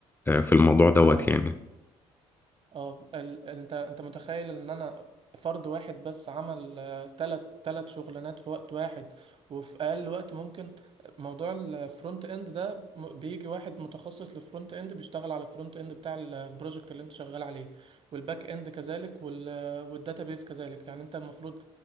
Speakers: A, on the left; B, on the right.
A: آه، في الموضوع دوت
B: اه
A: يعني
B: اه ال... ال- انت انت متخيل ان انا فرد واحد بس عمل آه، تلت تلت شغلانات في وقت واحد وفي اقل وقت ممكن موضوع الفرونت اند ده م- بيجي واحد متخصص للفرونت اند بيشتغل على الفرونت اند بتاع البروجكت اللي انت شغال عليه والباك اند كذلك وال... والداتابيس كذلك يعني انت المفروض